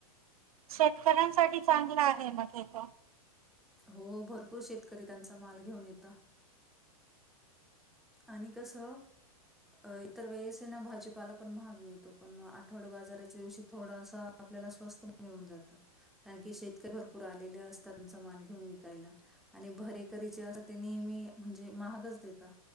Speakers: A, on the right; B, in the centre.
A: शेतकऱ्यांसाठी चांगलं आहे मग तर
B: हो भरपूर शेतकरी त्यांचा माल घेऊन येत आणि कस अ इतर वेळेस ना भाजीपाला पण महाग मिळतो पण मग आठवड्या बाजाराच्या दिवशी थोडासा आपल्याला स्वस्थ कार शेतकरी भरपूर आले असतात त्यां माल घेऊन विकायला आणि भरे ते नेहमी म्हणजे महागच दता